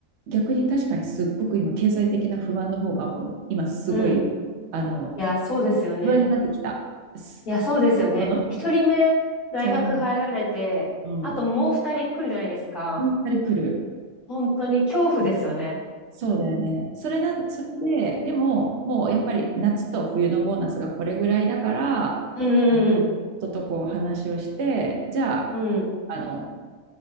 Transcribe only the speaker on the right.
逆に確かにすっごく今経済的な不安の方がもう今すごい、
あの、
不安になってきた。す
あの
その、うん、
やっぱり来る。
そうだよね。それな、それで、でも、もうやっぱり夏と冬のボーナスがこれぐらいだから、
あの、夫とこう話をして、じゃあ、
あの、